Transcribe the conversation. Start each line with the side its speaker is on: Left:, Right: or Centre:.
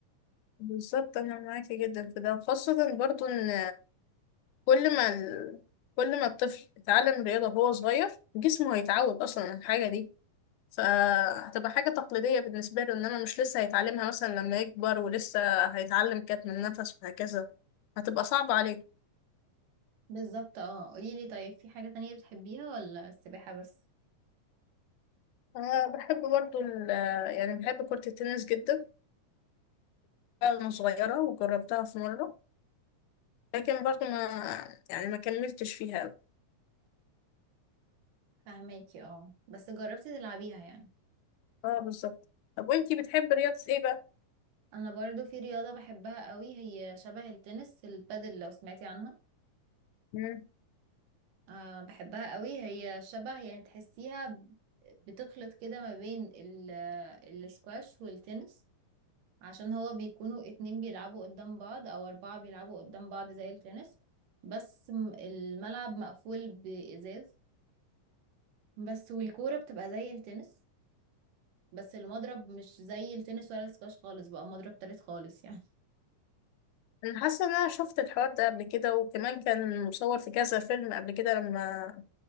Left: بالظبط انا معاكي جدا في ده خاصة برضو ان كل ما ال... كل ما الطفل اتعلم الرياضة وهو صغير جسمه هيتعود اصلا على الحاجة دي فهتبقى حاجة تقليدية بالنسبة له انما مش لسه هيتعلمها مثلا لما يكبر ولسه هيتعلم كتم النفس وهكذا هتبقى صعبة عليه
Right: بالظبط اه قوليلي طيب في حاجة تانية بتحبيها ولا السباحة بس
Left: انا بحب برضو ال... يعني بحب كرة التنس جدا بحبها وأنا صغيرة وجربتها في مرة لكن برضه ما يعني ما كملتش فيها أوي
Right: فاهماكي اه بس جربتي تلعبيها يعني
Left: اه بالظبط طب وانتي بتحبي رياضة ايه بقى؟
Right: انا برضو في رياضة بحبها قوي هي شبه التنس البادل لو سمعتي عنها
Left: مم.
Right: أه بحبها قوي هي شبه يعني تحسيها ب- بتخلط كده ما بين ال- السكواش والتنس عشان هو بيكونوا اتنين بيلعبوا قدام بعض او اربعة بيلعبوا قدام بعض زي التنس بس م- الملعب مقفول بإزاز بس والكورة بتبقى زي التنس بس المضرب مش زي التنس ولا السكواش خالص بقى مضرب تالت خالص يعني <laughs>
Left: أنا حاسة إن أنا شفت الحوار ده قبل كده وكمان كان مصور في كذا فيلم قبل كده لما